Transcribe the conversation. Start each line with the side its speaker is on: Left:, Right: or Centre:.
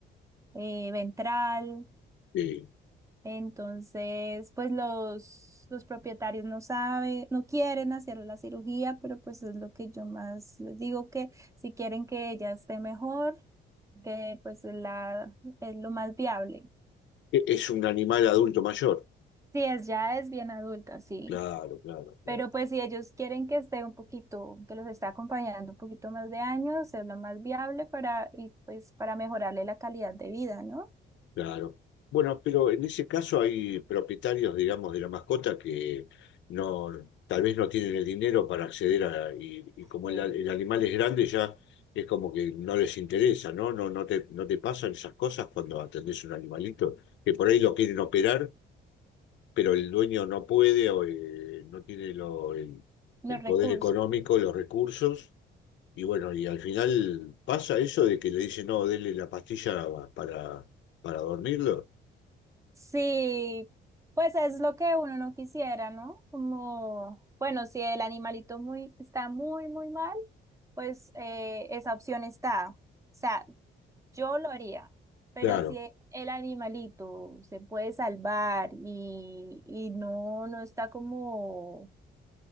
Right: eh, ventral.
Left: Sí.
Right: Entonces, pues los, los propietarios no saben, no quieren hacer la cirugía, pero pues es lo que yo más les digo que si quieren que ella esté mejor, que pues la, es lo más viable.
Left: E- Es un animal adulto mayor.
Right: Sí, es, ya es bien adulta, sí.
Left: Claro, claro, claro,
Right: Pero pues si ellos quieren que esté un poquito, que los está acompañando un poquito más de años, es lo más viable para, y pues para mejorarle la calidad de vida, ¿no?
Left: claro. Bueno, pero en ese caso hay propietarios, digamos, de la mascota que no, tal vez no tienen el dinero para acceder a, y, y como
Right: Sí.
Left: el, a- el animal es grande, ya es como que no les interesa, ¿no? No, no te, no te pasan esas cosas cuando atendés un animalito, que por ahí lo quieren operar pero el dueño no puede o eh, no tiene lo- el,
Right: Los
Left: el poder
Right: recursos.
Left: económico, los recursos, y bueno, y al final pasa eso de que le dicen, no, denle la pastilla para, para dormirlo.
Right: Sí, pues es lo que uno no quisiera, ¿no? Como, bueno, si el animalito muy, está muy, muy mal, pues eh, esa opción está. O sea, yo lo haría, pero
Left: Claro,
Right: si e- el animalito se puede salvar y, y no, no está como,